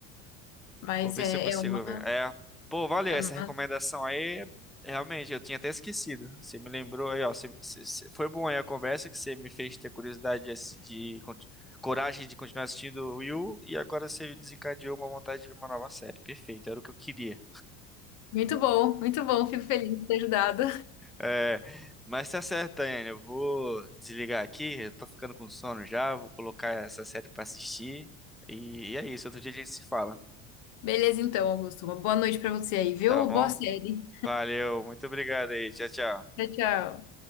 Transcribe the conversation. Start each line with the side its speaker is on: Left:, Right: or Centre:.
Left: mas
Centre: Vou ver
Left: é,
Centre: se eu consigo
Left: é uma,
Centre: ver. É. Pô, valeu
Left: é
Centre: essa
Left: uma.
Centre: recomendação aí. Realmente, eu tinha até esquecido. Você me lembrou aí, ó. Você- você- você- foi bom aí a conversa que você me fez ter curiosidade de, assi- de conti- coragem de continuar assistindo o Yu. E agora você desencadeou uma vontade de ver uma nova série. Perfeito, era o que eu queria.
Left: Muito bom, muito bom. Fico feliz de ter ajudado.
Centre: É, mas tá certo, Daiane. Eu vou desligar aqui. Eu tô ficando com sono já. Vou colocar essa série pra assistir. E, e é isso. Outro dia a gente se fala.
Left: Beleza, então, Augusto. Uma boa noite pra você aí, viu?
Centre: Tá bom?
Left: Boa série.
Centre: Valeu, muito obrigado aí. Tchau, tchau.
Left: Tchau, tchau.